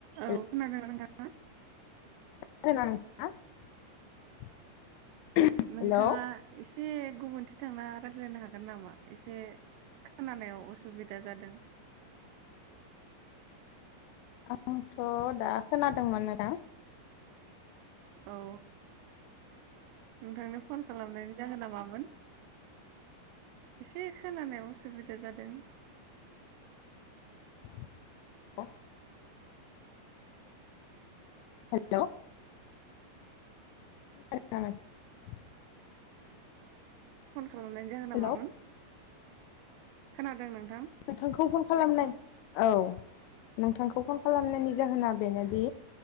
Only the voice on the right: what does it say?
औ
खोनादों ना नोंथाङा?
नोंथाङा
एसे एसे गुबुनथिं थांना रायज्लायनो हागोन नामा एसे खोनानायाव असुबिदा जादों।
औ। नोंथांनो फन खालामनायनि जाहोना मामोन? एसे खोनानायाव उसुबिदा जादों।
फन खालामनायनि जाहोना
मामोन? खोनादों नोंथां।